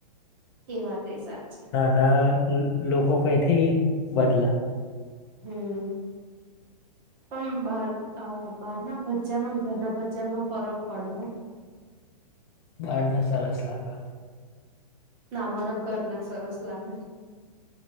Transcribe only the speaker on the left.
ના લોકો કઈ થી બદલા
બારને સરસ લાગ